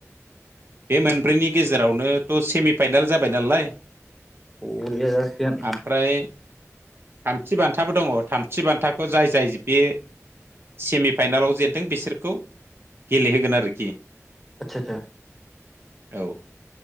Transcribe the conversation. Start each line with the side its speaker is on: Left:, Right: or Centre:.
Right: बे मोनब्रैनि गेजेरावनो। थ सेमिफाइनेल जाबाय नालाय।
Centre: बरिया जासिगोन
Right: ओमफ्राय थामथि बान्थाबो दङ थामथि बान्थाखौ जाय जाय बे सेमि फाइनेलाव जेनदों बिसोरखौ। गेलेहोगोन आरोखि।
Centre: आतसा आसा
Right: औ